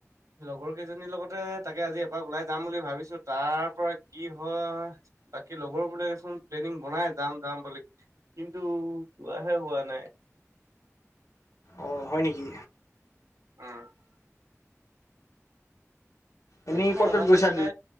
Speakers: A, on the right (about 85°); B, on the left (about 80°).
A: লগৰ কেইজনীৰ লগতে তাকে আজি এপাক ওলাই যাম বুলি ভাবিছো তাৰ। তাৰ পৰা কি হয় বাকী লগৰ বোলে দেচোন প্লেনিং বনাই যাম যাম বুলি কি। কিু যোৱাহে হোৱা নাই।
B: অঁ হয় নেকি।
A: উম।
B: এনেই
A: এইপিনে
B: ক'ত
A: অৰুণাচল
B: ক'ত গৈছা
A: পিনে